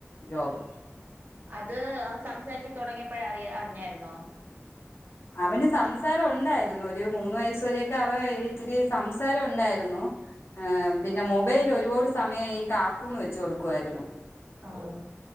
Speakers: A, on the left (about 60°); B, on the right (about 40°).
A: ജോബ്
B: അത് അവ സംസാരിക്കാൻ തുടങ്ങിയപ് യപ്പോഴ അറിയ അറിഞ്ഞായിരുന്നോ
A: അവന് സംസാരം ഒണ്ടായിര്ന്നു ഒര് മൂന്ന് വയസ് വരെയൊക്കെ അവ ഇച്ചിരി സംസാരം ഒണ്ടായ് ര്ന്നു ആ പിന്നെ മൊബൈൽ ഒരുപാട് സമയം ഈ കാർട്ടൂണ് വെച്ച് കൊട്ക്കുവായിരുന്നു
B: ആ ഉ